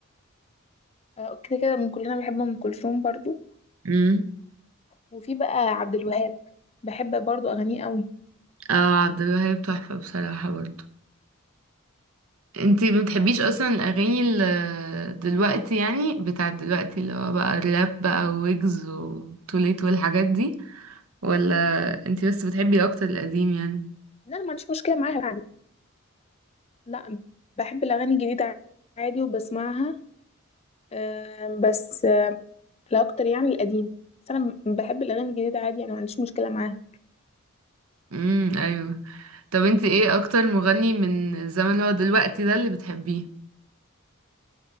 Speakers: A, on the left; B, on the right.
A: أه، كده كده من كلنا بحب أم كلثوم برضو
B: اه
A: وفي بقى عبد الوهاب بحب برضو أغانيه قوي
B: اه عبد الوهاب تحفة بصراحة برضو انتي ما بتحبيش اصلا الاغاني ال- دلوقتي يعني بتاعت دلوقتي اللي هو بقى الراب بقى ويجز وتوليت والحاجات دي ولا انتي بس بتحبي اكتر القديم يعني
A: لا أنا ما عنديش مشكلة معاها يعني لا بحب الأغاني الجديدة عادي وبسمعها أم، بس أم، لا أكتر يعني القديم بس أنا بحب الأغاني الجديدة عادي يعني ما عنديش مشكلة معاها
B: امم ايوه طب انتي ايه اكتر مغني من الزمن اللي هو دلوقتي ده اللي بتحبيه